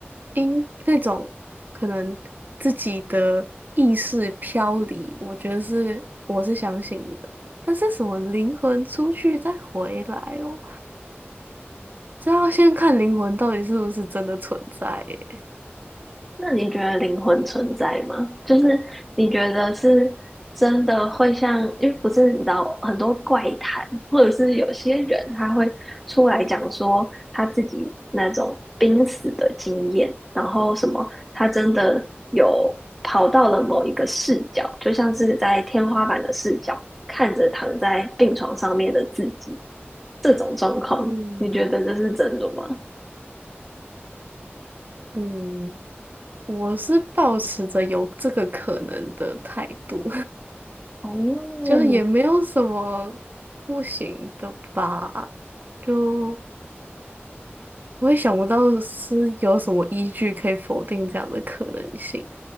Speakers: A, on the right; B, in the centre.
A: 因那种可能自己的意识飘离，我觉得是我是相信的。但是什么灵魂出去再回来哦，这要先看灵魂到底是不是真的存在耶
B: 那你觉得灵魂存在吗？就是你觉得是真的会像，因为不是你知道很多怪谈，或者是有些人他会出来讲说他自己那种濒死的经验，然后什么他真的有跑到了某一个视角，就像是在天花板的视角看着躺在病床上面的自己，这种状况，
A: 嗯
B: 你觉得这是真的吗？
A: 嗯，我是抱持着有这个可能的态度。
B: 哦，
A: 就也没有什么不行的吧，就我也想不到是有什么依据可以否定这样的可能性。